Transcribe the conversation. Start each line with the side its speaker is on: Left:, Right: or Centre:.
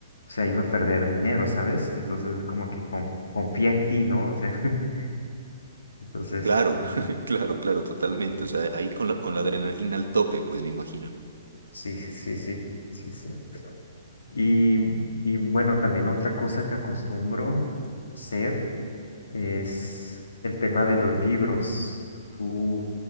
Left: o sea, iba a perder dinero, ¿sabes? Entonces, como que con- confía en ti, ¿no? O sea, <laughs> entonces,
Right: Claro,
Left: mm,
Right: <laughs> claro, claro, totalmente. O sea, ahí con la, con la adrenalina al tope, pues me imagino.
Left: sí, sí, sí, sí, sí. Y, y bueno, también otra cosa que acostumbro hacer. es el tema de los libros. ¿Tú,